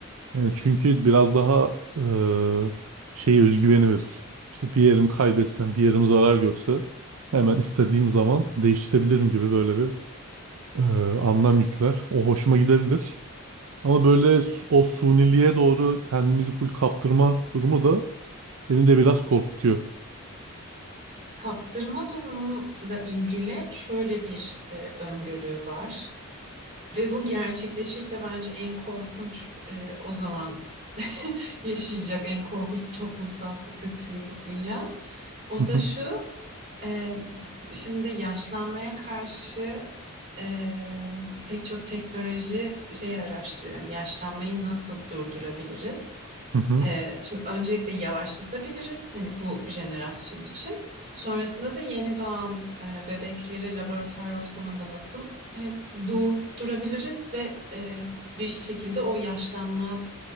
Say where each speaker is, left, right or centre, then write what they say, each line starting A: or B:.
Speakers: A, on the right; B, on the right.
A: Yani çünkü biraz daha eee şey özgüveni verir. İşte bir yerim kaybetsem, bir yerim zarar görse hemen istediğim zaman değiştirebilirim gibi böyle bir eee, anlam yükler. O hoşuma gidebilir. Ama böyle su- o suniliğe doğru kendimizi full kaptırma durumu da beni de biraz korkutuyor.
B: Kaptırma durumunla ilgili şöyle bir e, öngörü var ve bu gerçekleşirse bence en korkunç e, o zaman <laughs> yaşayacak en korkunç toplumsal sıkıntıyı bu dünya. O
A: Hı hı,
B: da şu, e, şimdi yaşlanmaya karşı e, pek çok teknoloji şeyi araştırıyor. Yani yaşlanmayı nasıl durdurabiliriz?
A: hı hı,
B: Ee, şimdi öncelikle yavaşlatabiliriz hani bu jenerasyon için. Sonrasında da yeni doğan e, bebekleri laboratuvar ortamında nasıl e, doğurtturabiliriz ve e, bir şekilde o yaşlanma